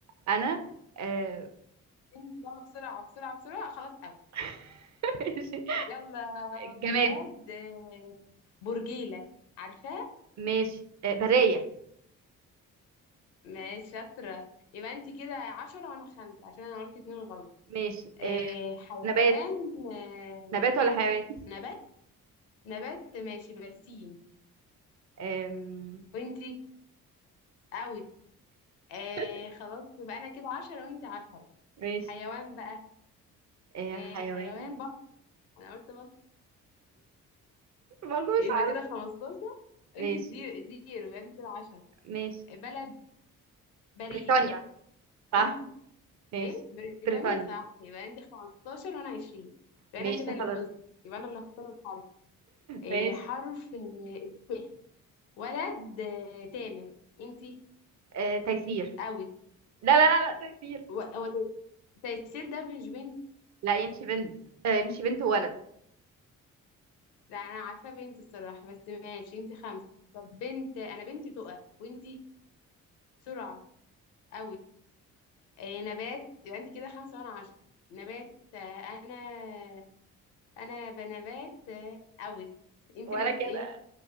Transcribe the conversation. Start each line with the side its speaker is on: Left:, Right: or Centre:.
Right: أنا آه
Left: انت يلا بسرعه بسرعه بسرعه خلاص
Right: <laughs> ماشي
Left: يلا يا
Right: جماد
Left: جماد آه، برجيلة عارفاه
Right: ماشي آه برية
Left: ماشي شاطرة يبقى انت كده عشرة وانا خمسة عشان انا قلت اتنين غلط
Right: ماشي
Left: آه
Right: آه
Left: حيوان
Right: نبات
Left: آه
Right: نبات ولا حيوان
Left: نبات نبات ماشي برسيم
Right: آم،
Left: وانتي اوت آه
Right: <laughs>
Left: خلاص يبقى انا كده عشرة وانتي عشرة
Right: ماشي
Left: حيوان بقى
Right: آه
Left: آه
Right: حيوان
Left: حيوان بط انا قلت بط
Right: والله
Left: يبقى
Right: مش عارف
Left: كده خمستاشر
Right: ماشي
Left: انتي زيرو زيرو يبقى انتي كده عشرة
Right: ماشي
Left: بلد باريس
Right: بريطانيا صح
Left: انت
Right: ماشي
Left: ايه بريطانيا
Right: بريطانيا
Left: صح يبقى انت 15 وانا 20 يبقى
Right: ماشي
Left: انا كده
Right: خلاص
Left: اللي فزت يبقى انا اللي هختار الحرف إيه
Right: ماشي
Left: حرف ت ولد آه، تامر انت
Right: آه، تيسير
Left: اوت
Right: لا لا لا لا تيسير
Left: و- هو تيسير ده مش بنت
Right: لا يمشي بنت آه، يمشي بنت وولد
Left: لا انا عارفه بنت الصراحه بس ماشي انت خمسه طب بنت انا بنتي تقى وانت سرعه اوت إيه نبات يبقى انت كده خمسه وانا عشرة نبات آه، انا انا بنبات آه، اوت انت
Right: ولا
Left: نبات
Right: كده
Left: ايه